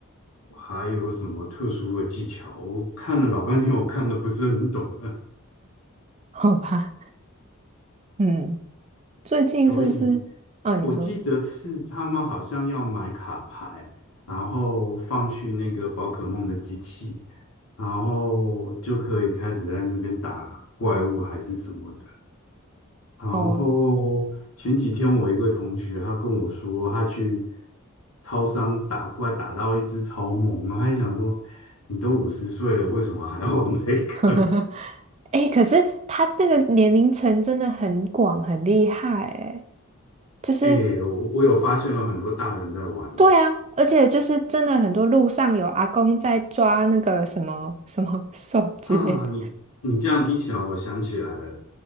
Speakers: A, on the left; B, on the right.
A: 还有什么特殊的技巧，我看了老半天，我看的不是很懂。<laughs>
B: <laughs> 好吧，嗯，最近是不是？
A: 所以
B: 哦，你说，
A: 我记得是他们好像要买卡牌，然后放去那个宝可梦的机器，然后就可以开始在那边打怪物还是什么的。然后前几天我一个同学他跟我说，
B: 哦，
A: 他去超商打怪打到一只超猛，然后他还想说，你都五十岁了，为什么还要玩这个？
B: <laughs> 哎可是他那个年龄层真的很广，很厉害，哎，
A: <laughs>
B: 就是
A: 诶，我我有发现有很多大人在玩，
B: 对啊，而且就是真的很多路上有阿公在抓那个什么什么兽之类的，
A: 啊，你你这样一想，我想起来了，